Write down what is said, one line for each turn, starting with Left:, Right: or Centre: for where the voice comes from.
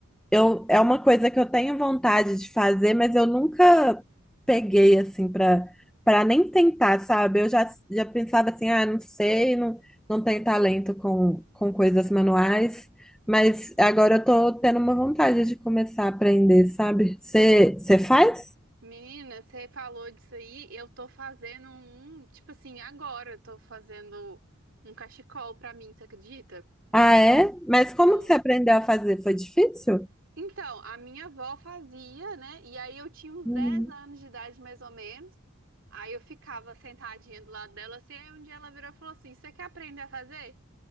Centre: Eu, é uma coisa que eu tenho vontade de fazer, mas eu nunca peguei assim para para nem tentar, sabe? Eu já, já pensava assim, ah, não sei, não, não tenho talento com, com coisas manuais, mas agora eu tô tendo uma vontade de começar a aprender, sabe? Você você faz?
Right: Menina, você falou disso aí, eu tô fazendo um, tipo assim, agora eu tô fazendo um cachecol pra mim, você acredita?
Centre: Ah, é? Mas como
Right: Tô.
Centre: que você aprendeu a fazer? Foi difícil?
Right: Então, a minha avó fazia, né? E aí eu tinha uns
Centre: Hum.
Right: 10 anos de idade, mais ou menos. Aí eu ficava sentadinha do lado dela, assim, aí um dia ela virou e falou assim, você quer aprender a fazer?